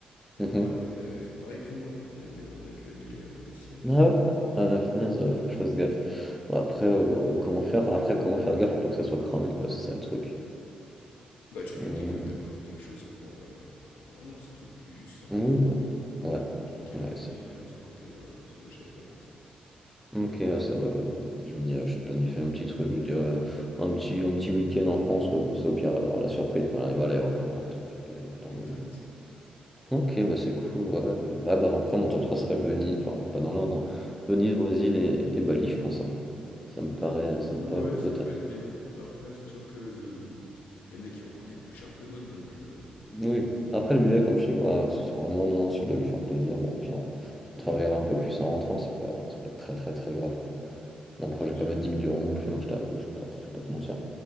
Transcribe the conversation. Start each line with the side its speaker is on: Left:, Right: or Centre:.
Left: et
Centre: Mhm.
Left: bah, moi, elle avait elle avait fait pareil que moi, donc on a dû on a dû annuler, heu, les siennes.
Centre: Ah ouais? Ah la
Left: Ouais.
Centre: punaise, ouais, faut que je fasse gaffe. Bon, après, euh, ouais, comment faire? Après, comment faire gaffe pour pas que ça soit cramé, quoi, c'est ça le truc.
Left: Bah, tu lui
Centre: Mhm.
Left: dis que t'as prévu quelque chose pour, heu, pour avoir 1 an, c'est tout. Tu dis juste ça.
Centre: Oui, voilà.
Left: Tu dis qu'elle
Centre: Ouais,
Left: ne
Centre: ouais,
Left: planifie
Centre: c'est.
Left: rien de son côté, voilà, parce que moi, j'avais pas pensé.
Centre: Ok, ouais, ça va. ouais, bah, je veux dire, j'ai planifié un petit truc, je dirais un petit, un petit week-end en France, ouais, comme ça, au pire, elle aura la surprise quand elle arrivera à l'aéroport, hein, tant pis, euh, tant
Left: Exact.
Centre: mieux. ouais. Ok, bah c'est cool, ouais. Euh, Ouais, bah après, mon top 3 serait Venise, enfin, pas dans l'ordre, hein. Venise, Brésil et, et Bali, je pense, hein. Ça me paraît, ça me
Left: Ouais,
Centre: paraît plutôt
Left: ça peut être bien. Après, c'est sûr que, mmh, il y en a qui vont coûter plus cher que d'autres, donc heu,
Centre: Oui, après le budget, comme je dis, voilà, c'est vraiment non, si je dois lui faire plaisir, bon, au pire, on, on travaillera un peu plus en rentrant, c'est pas, c'est pas très très très grave quoi. Bon,
Left: non,
Centre: après,
Left: c'est
Centre: je vais
Left: sûr.
Centre: pas mettre dix mille euros non plus, non je t'avoue, je vais pas, te- je vais pas te mentir.